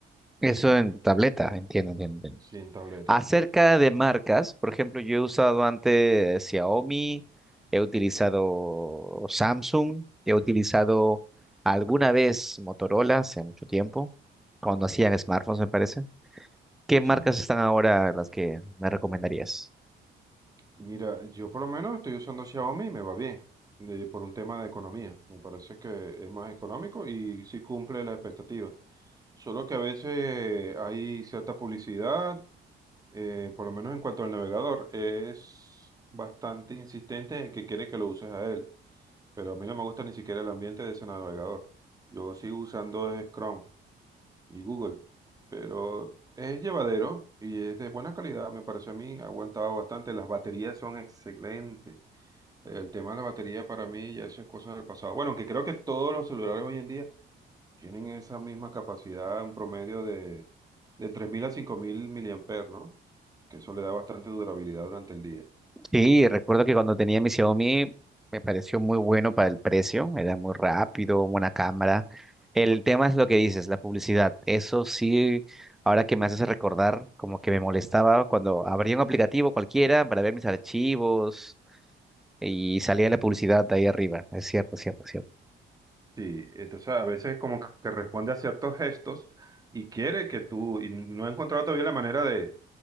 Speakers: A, in the centre; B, on the right.
A: Eso
B: Sí,
A: en tableta, entiendo, entiendo. entiendo.
B: sí, en tableta.
A: Acerca de marcas, por ejemplo, yo he usado antes Xiaomi, he utilizado Samsung, he utilizado alguna vez Motorola hace mucho tiempo, cuando hacían smartphones, me parece. ¿Qué
B: Sí.
A: marcas están ahora las que me recomendarías?
B: Mira, yo por lo menos estoy usando Xiaomi y me va bien, de- por un tema de economía. Me parece que es más económico y sí cumple la expectativa. Solo que a veces hay cierta publicidad, eh, por lo menos en cuanto al navegador, es bastante insistente en que quiere que lo uses a él. pero a mí no me gusta ni siquiera el ambiente de ese navegador. Yo sigo usando es Chrome y Google, pero es llevadero y es de buena calidad, me parece a mí, ha aguantado bastante. Las baterías son excelentes. El tema de la batería para mí ya eso es cosa del pasado. Bueno, aunque creo que todos los celulares hoy en día tienen esa misma capacidad, un promedio de, de 3.000 a 5.000 miliamperes, ¿no? Que eso le da bastante durabilidad durante el día.
A: Sí, recuerdo que cuando tenía mi Xiaomi me pareció muy bueno para el precio, era muy rápido, buena cámara. El tema es lo que dices, la publicidad. Eso sí, ahora que me haces recordar, como que me molestaba cuando abría un aplicativo cualquiera para ver mis archivos y salía la publicidad de ahí arriba. Es cierto, cierto, cierto.
B: Sí, entonces a veces como que responde a ciertos gestos y quiere que tú, y no he encontrado todavía la manera de,